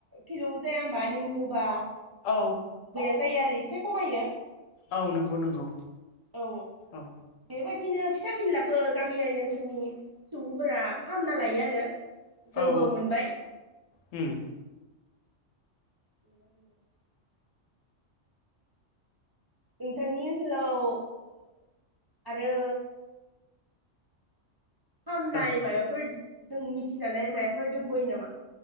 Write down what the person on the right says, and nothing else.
फिलौ जाया ह होनबा निम होबा
गैया जायो आरो एसे खमायो
औ
बेबायदिनो फिसा फिनलाखौो गामियारि ओनसोलनि सुबुंफोरा फाहामना लायो आरो जोंबो
मोनबाय
<inaudible> नोंथांनि ओनसोलाव आरो फामनाय
माबाफोर जों मिथिजानाय माबाफोर दंबोयो नामा